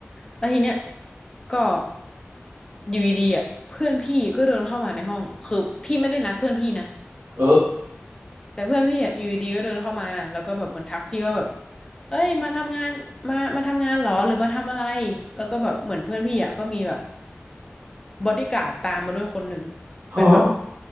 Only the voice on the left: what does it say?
แล้วทีเนี้ยก็อยู่ดีๆอ่ะเพื่อนพี่ก็เดินเข้ามาในห้องคือพี่ไม่ได้นัดเพื่อนพี่นะ
แต่เพื่อนพี่อ่ะอยู่ดีๆก็เดินเข้ามาแล้วก็แบบเหมือนทักพี่ว่าแบบเอ้ยมาทำงานมามาทำงานเหรอหรือมาทำอะไรแล้วก็แบบเหมือนเพื่อนพี่อ่ะก็มีแบบบอดี้การ์ดตามมาด้วยคนหนึ่ง
เป็นแบบ